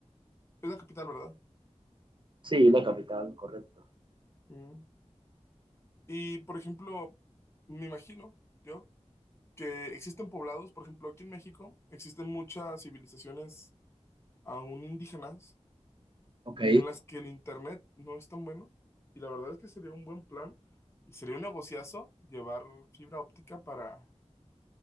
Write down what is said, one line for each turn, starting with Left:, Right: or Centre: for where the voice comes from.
Left: es la capital, ¿verdad?
Right: Sí, la capital, correcto.
Left: Mm. Y por ejemplo, me imagino yo que existen poblados, por ejemplo, aquí en México existen muchas civilizaciones aún indígenas
Right: Ok.
Left: en las que el internet no es tan bueno. Y la verdad es que sería un buen plan y sería un negociazo llevar fibra óptica para,